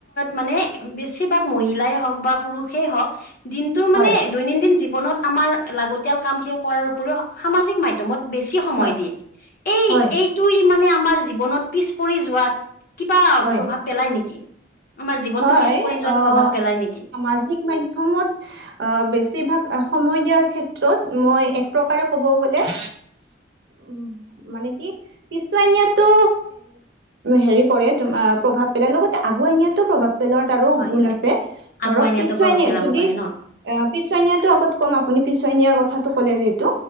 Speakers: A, on the left; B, on the right.
A: মানে বেছিভাগ মহিলাই হওক বা পুৰুষেই হওঁক দিনটো মানে
B: হয়
A: দৈনন্দিন জীৱনত আমাৰ লাগতিয়াল কামখিনি কৰাৰ উপৰিও সামাজিক মাধ্যমত বেছ বেছি সময়
B: হয়
A: দিয়ে এই
B: হয়
A: এইটোই মানে আমাৰ জীৱনত পিছ পৰি যোৱাত কিবা
B: হয়
A: প্ৰভাৱ পেলাই নেকি? আমাৰ জীৱনটো
B: হয়
A: পিছ পৰি যোৱাত
B: অ
A: প্ৰভাৱ পেলাই নেকি
B: সামাজিক মাধ্যমত অ বেছ বেছিভাগ সময় দিয়াৰ ক্ষেত্ৰত মই এক প্ৰকাৰে ক'ব গলে অ উম মানে কি পিছুৱাই নিয়াতো হেৰি কৰে, তোমাৰ প্ৰভাৱ পেলাই লগতে আগুৱাই নিয়াত পেলৰ তাৰো
A: হয়
B: গুণ
A: হয়
B: আছে,
A: আগুৱাই
B: ধৰক
A: নিয়াতো
B: পিছুৱাই
A: প্ৰভাৱ
B: নিয়ে
A: পেলাব
B: যদি
A: পাৰে ন
B: অ পিছুৱাই নিয়াটো আগত কমা আপুনি পিছ ছোৱাই নিয়াৰ কথাটো কলে যে এইটো,